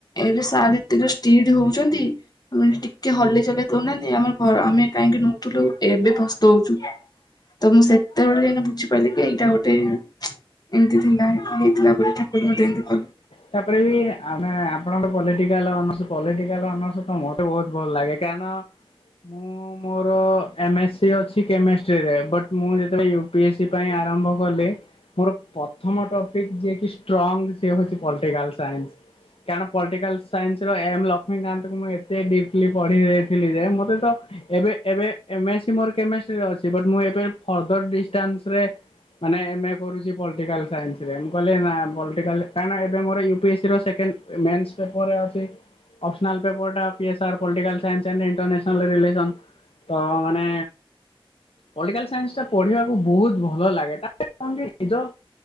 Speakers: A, on the left (about 45°); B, on the left (about 80°).
A: ଏବେ ସାର ଏତେ ଯେତେଜୋରସେ ସ୍ତିଡ୍‌ ହଉଛନ୍ତି। ଆମେ ଟିକେ ହଲେଇ ଚଳେଇ ଦଉନାହାନ୍ତି ଆମର ଘ ଆମେ କାହିଁକି ନଉଥିଲୁ ଏବେ ଫସ୍ତ ହଉଛୁ। ତ ମୁଁ ସେତେବେଳେ ବୁଝିପାରିଲି କି ଏଇଟା ଗୋଟେ ଏମିତି ଥିଲା ହେଇଥିଲା ବୋଲି ଠାକୁର ମ ଏମିତି କଲେ।
B: ତାପରେ ବି ଆମେ ଆପଣଙ୍କର ପଟିଲିଟିକାଲ ଅନର୍ସ ପାଲିଟିକାଲ ଅନର୍ସ ତମର। ତେ ବହୁତ ଭଲ ଲାଗେ କାରଣ ମୁଁ। ମୋର ଏମ ଏସ୍ ସି ଅଛି କେମିଷ୍ଟ୍ରିରେ ବଟ ମୁଁ ଯେତେବେଳେ ୟୁ ପି ଏସ୍ ସ ପାଇଁ ଆରମ୍ଭ କଲି। ମୋର ପ୍ରଥମ ଟପିକ ଯିଏକ ଷ୍ଟ୍ରଙ୍ଗ ସେ ହଉଛି ପଲିଟିକାଲ ସାଇନ୍ସ। କାରଣ ପଲିଟିକାଲ ସାଇନ୍ସ ର ଏମ ଲକ୍ଷ୍ମୀକାନ୍ତ କ ମୁଁ ଏତେ ଡିପଲି ପଢି ଦେଇଥିଲି ଯେ ମତେ ତ ଏ ଏବେ ଏବେ ଏ ମେ ସି ମୋର କେମେଷ୍ଟ୍ରି ଫଦର ଡିଷ୍ଟାନ୍ସ। ମାନେ ଏମ୍ ଏ କରୁଛି ପଲିଟିକାଲ ସାଇନ୍ସ ରେ ମୁଁ କହିଲି ନା ପଟିକାଲ କାହିଁକି ନା ଏବେ ମୋରୟୁ ପି ଏସ୍ସି ର ସେକେଣ୍ଡ ମେନ୍ସ ପେପରରେ ଅଛି। ଅପ୍ ସ୍ପିନାଲ ପେପର ଟା piece R political science and international relation. ତ ମାନେ ପଲ୍ଟିକାଲ ସାଇନ୍ସ ଟା ପଢିବାକୁ ବହୁତ ଭଲ ଲାଗେ।